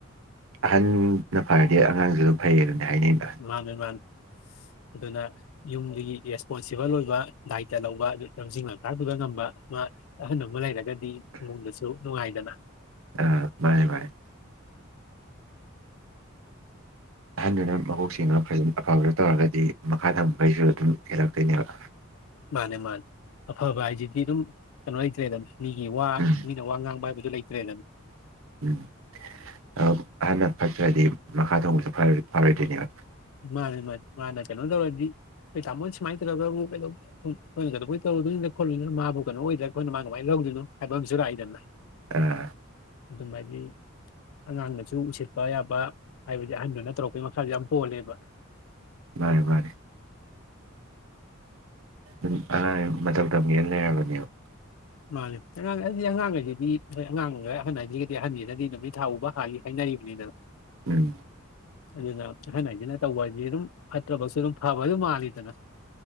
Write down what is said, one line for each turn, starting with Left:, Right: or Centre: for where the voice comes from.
Right: ꯑꯍꯟꯅ ꯐꯔꯗꯤ ꯑꯉꯥꯡꯁꯨ ꯑꯗꯨꯝ ꯐꯩꯌꯦꯅ ꯍꯥꯏꯅꯩꯗ
Left: ꯃꯥꯅꯦ ꯃꯥꯅꯦ ꯑꯗꯨꯅ ꯌꯨꯝꯗꯨꯒꯤ ꯔꯦꯁꯄꯣꯟꯁꯤꯕꯜ ꯑꯣꯏꯕ ꯗꯥꯏꯇ ꯂꯧꯕ ꯑꯗꯨ ꯂꯝꯖꯤꯡ ꯂꯝꯇꯥꯛꯄꯤꯕ ꯉꯝꯕ ꯑꯃ ꯑꯍꯟ ꯑꯃ ꯂꯩꯔꯒ ꯗꯤ ꯏꯃꯨꯡꯗꯁꯨ ꯅꯨꯡꯉꯥꯏꯗꯅ
Right: ꯑꯥ ꯃꯥꯅꯦ ꯃꯥꯅꯦ ꯑꯍꯟꯗꯨꯅ ꯃꯀꯣꯛꯆꯤꯡꯉ ꯐꯖꯟ ꯑꯐꯕꯗ ꯇꯧꯔꯒꯗꯤ ꯃꯈꯥ ꯊꯥꯕꯈꯩꯁꯨ ꯑꯗꯨꯝ ꯍꯦꯜꯂꯛꯇꯣꯏꯅꯦꯕ
Left: ꯃꯥꯅꯦ ꯃꯥꯅꯦ ꯑꯐꯕ ꯍꯥꯏꯁꯤꯗꯤ ꯑꯗꯨꯝ ꯀꯩꯅꯣ ꯂꯩꯇ꯭ꯔꯦꯗꯅ ꯃꯤꯒꯤ ꯋꯥ
Right: ꯎꯝ
Left: ꯃꯤꯅ ꯋꯥ ꯉꯥꯡꯕ ꯍꯥꯏꯕꯗꯨ ꯂꯩꯇ꯭ꯔꯦꯗꯟ
Right: ꯎꯝ ꯑꯧ ꯑꯍꯟꯅ ꯐꯠꯇ꯭ꯔꯗꯤ ꯃꯈꯥ ꯊꯪꯕꯁꯨ ꯐꯔꯣꯏ ꯐꯔꯣꯏꯗꯣꯏꯅꯦꯕ
Left: ꯃꯥꯅꯦ ꯃꯥꯅꯤ ꯃꯥ ꯅ ꯀꯩꯅꯣ ꯇꯧꯔꯗꯤ ꯈꯣꯏ ꯇꯥꯃꯣ ꯁꯨꯃꯥꯏꯟ ꯇꯧꯔꯒꯕꯨ ꯀꯩꯗꯧ ꯍꯣꯏ ꯈꯣꯏꯅ ꯀꯩꯗꯧꯕꯩ ꯇꯧꯔꯗꯨꯏꯅꯣꯗ ꯈꯣꯠꯂꯨꯗꯨꯏꯅꯣ ꯃꯥꯕꯨ ꯀꯩꯅꯣ ꯑꯣꯏꯗ꯭ꯔꯥ ꯈꯣꯏꯅ ꯃꯥ ꯀꯃꯥꯏꯟ ꯂꯧꯗꯣꯏꯅꯣ ꯍꯥꯏꯕ ꯑꯃꯁꯨ ꯂꯥꯛꯏꯗꯅ
Right: ꯑ
Left: ꯗꯨ ꯃꯥꯥꯏꯗꯤ ꯑꯉꯥꯡꯅꯁꯨ ꯎꯁꯤꯠꯄ ꯌꯥꯕ ꯍꯥꯏꯕꯗꯤ ꯑꯍꯟꯗꯨꯅ ꯇꯧꯔꯛꯄꯒꯤ ꯃꯈꯥꯖꯨ ꯌꯥꯝ ꯄꯣꯜꯂꯦꯕ
Right: ꯃꯥꯅꯦ ꯃꯥꯅꯦ <unintelligible> ꯃꯇꯧ ꯇꯝꯒꯦꯅ ꯂꯩꯔꯕꯅꯦꯕ
Left: ꯃꯥꯅꯦ ꯑꯉꯥꯡ ꯑꯩꯗꯤ ꯑꯉꯥꯡ ꯂꯩꯔꯗꯤ ꯍꯣꯏ ꯑꯉꯥꯡ ꯍꯥꯏꯗꯤ ꯑꯍꯟ ꯍꯥꯏꯖꯤꯒꯗꯤ ꯑꯍꯟꯖꯤꯅꯗꯤ ꯅꯨꯃꯤꯠ ꯊꯥ ꯎꯕ ꯍꯥꯜꯂꯤ ꯍꯥꯏꯅꯔꯤꯕꯅꯤꯗꯣ
Right: ꯎꯝ
Left: ꯑꯗꯨꯅ ꯑꯍꯟ ꯍꯥꯏꯖꯤꯅ ꯇꯧꯕ ꯍꯥꯏꯖꯤ ꯑꯗꯨꯝ ꯐꯠꯇ꯭ꯔꯕꯁꯨ ꯑꯗꯨꯝ ꯐꯕ ꯑꯗꯨꯝ ꯃꯥꯜꯂꯤꯗꯅ